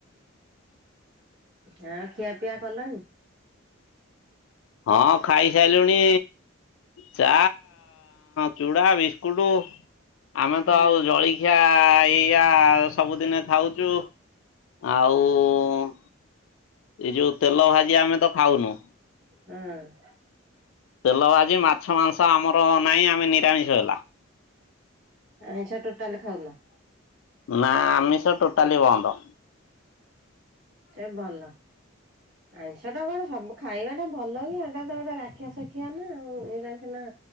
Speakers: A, on the right (about 65°); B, on the left (about 70°).
A: ହଁ ଖିଆପିଆ କଲଣିି?
B: ହଁ ଖାଇସାରିଲୁଣି ଚା ଚୁଡା ବିସ୍କୁଟ ଆମେ
A: ହଁ
B: ତ ଆଉ ଜଳି ଏଇଆ ଏଇଆ ସବୁଦିନେ ଖାଉଛୁ ଆଉ ଏଇ ଯୋଉ ତେଲ ଭାଜି ଆମେ ତ ଖାଉନୁ।
A: ହଁ।
B: ତେଲ ଭାଜି ମାଛ ମାଂସ ଆମର ନାହିଁ ଆମେ ନିରାମିଷ ହେଲା।
A: ଆଇଁଷ ଟୋଟାଲ୍ ଖାଉନ?
B: ନା ଆମିଷ ଟୋଟାଲି ବନ୍ଦ।
A: ସେ ଭଲ ଆଇଁଷ ଟା କଣ ସବୁ ଖାଇବାଟା ଭଲ କି ଏଟା ତ ଗୋଟେ ରାକ୍ଷସ ଖିଆ ନା ଏଇରା ସିନା